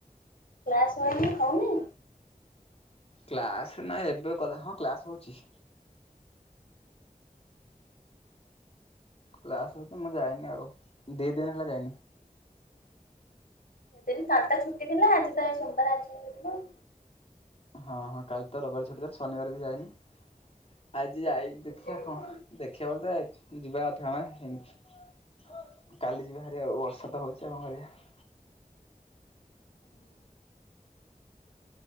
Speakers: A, on the left; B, on the left.
A: କ୍ଲାସ ୱାରନିଂ ହଉନି?
B: କ୍ଲାସ୍ ନା ଏବେ କଲେ ହଁ କ୍ଲାସ୍ ହେଉଛି। କ୍ଲାସ ହଉଛି ମୁଁ ଯାଇନି ଆଉ ଦି ଦିନ ହେଲା ଯାଇନି।
A: ସେଦିନି କାଲିତ ଛୁଟି ଥିଲା ଆଜି ତ ସୋମବାର ଆଜିଠାରୁ ଯିବୁ ଆଉ।
B: ହଁ ହଁ କାଲି ତ ରବିବାର ଛୁଟିଥିଲା ଶନିବାରେ ବି ଯାଇନି। ଆଜି ଯାଇନି
A: ଥିଲା।
B: ଦେଖିବା କଣ ଦେଖିବା ବୋଲି ତ ଯିବା କଥା ମାନେ ହେମିତି କାଲି ଯିବାହାରି ଆଉ ବର୍ଷା ତ ହଉଛି ଆଉ କଣ କରିବା।
A: ହୁଁ।